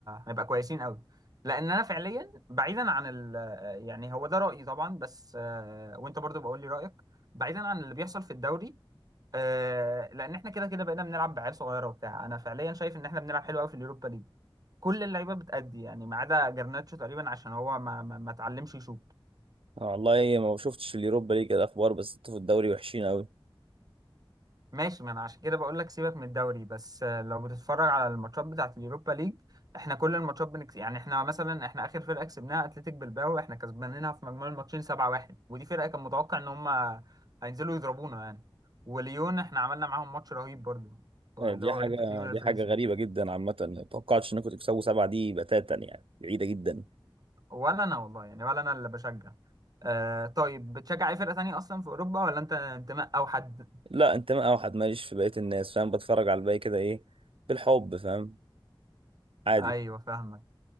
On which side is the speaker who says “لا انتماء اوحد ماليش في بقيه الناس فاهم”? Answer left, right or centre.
Right